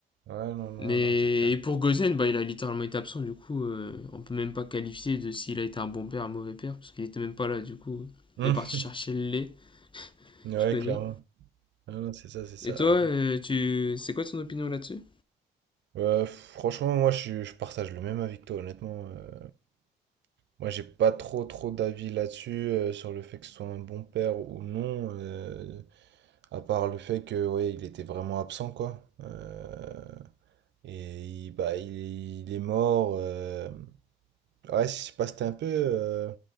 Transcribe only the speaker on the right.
Ouais, non, non,
non, c'est clair.
Mhm.
Ouais,
clairement. Non, non, c'est ça, c'est ça.
Ah bon.
Euh, franchement, moi, je, suis- je partage le même avis que toi, honnêtement. euh, Moi, j'ai pas trop trop d'avis là-dessus, euh, sur le fait que ce soit un bon père ou non, euh, à part le fait que ouais, il était vraiment absent quoi. Euh, et il, bah, il, il est mort. euh, Ouais, je sais pas, c'était un peu. euh,